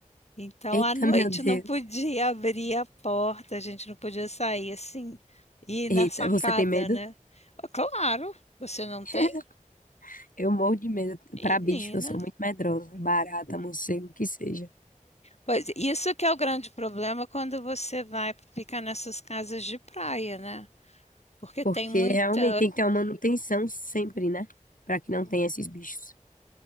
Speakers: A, on the left (about 50°); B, on the left (about 80°).
A: Então,
B: Eita,
A: à noite
B: meu Deus.
A: não podia abrir a porta, a gente não podia sair assim, ir
B: Eita,
A: na sacada,
B: você tem medo?
A: né? Claro, você não
B: <laughs>
A: tem?
B: Eu morro de medo.
A: Menina.
B: Pra bicho, eu sou muito medrosa. Barata, morcego, o que seja.
A: Pois, isso que é o grande problema quando você vai ficar nessas casas de praia, né. Porque
B: Porque
A: tem muita
B: realmente tem que ter uma manutenção sempre, né? Pra que não tenha esses bichos.